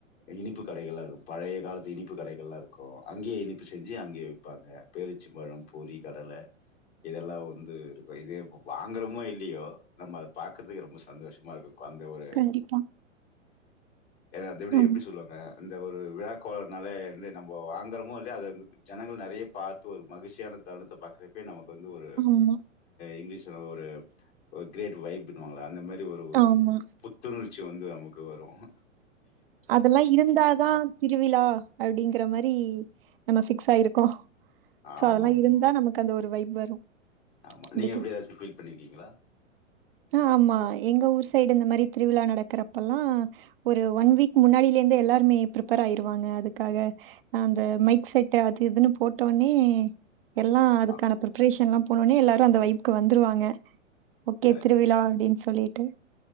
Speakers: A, on the left (about 55°); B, on the right (about 45°).
A: இனிப்புக் கடைகள் லாம் இருக்கு பழைய காலத்து இனிப்பு கடைகள்லா இருக்கு அங்கே இனிப்பு செஞ்சு அங்கே விபாங்கா <unintelligible> பொறி கடல இதெல்லாம் வந்து இதையும் இதுப்போ வாங்குறமோ இல்லையோ நம்ம அதை பாக்கறதுக்கு ரொம்ப சந்தோஷமா இருக்கும் அந்த ஒரு
B: கண்டிப்பா
A: அந்த வீடு
B: ஆமா
A: எப்டி சொல்லுவாங்க அந்த ஒரு விழாக்கோலம்னாலே வந்து நம்ம வாங்குறமோ இல்லையா அதை வந்து ஜனங்கள் நறைய பாத்து ஒரு மகிழ்ச்சியான தருணத்த பாக்றே இப்பயே நமக்கு வந்து ஒரு
B: ஆமா,
A: இங்கிலீஷ்ல ஒரு கிரேட் வைப் ன்வாங்களே அந்த மாதிரி ஒரு
B: ஆமா.
A: ஒரு புத்துணர்ச்சி வந்து நமக்கு ம்ம் வரும்
B: அதெல்லாம் இருந்தாதான் திருவிழா அப்படிங்கற மாரி நம்ம சயிருக்கும் சோ
A: ஆமா
B: அதெல்லாம்
A: ஆமா
B: இருந்தா நமக்கு அது ஒரு வைப் வரும்
A: ஆமா
B: கண்டிப்பா.
A: நீங்க எப்படி ஏதாச்சும் ஃபீல் பண்ணிருக்கீங்களா
B: ஆ ஆமா. எங்க ஊர் சைடு இந்த மாதிரி திருவிழா நடக்கிறப்பல்லாம் ஒரு ஒன் வீக் முன்னாடியிலே இருந்து எல்லாருமே ப்ரப்பேர் ஆயிருவாங்க அதுக்காக அந்த மைக் செட் அது இதுன்னு போட்டஒன்னே எல்லாம் அதுக்கான
A: ஆ
B: பிரிப்பரேஷன்லாம் போனோனே எல்லாரும் அந்த வைபுக்கு வந்துருவாங்க ஓக்கே
A: கரெக்ட்
B: திருவிழா அப்டின்னு சொல்லி டம்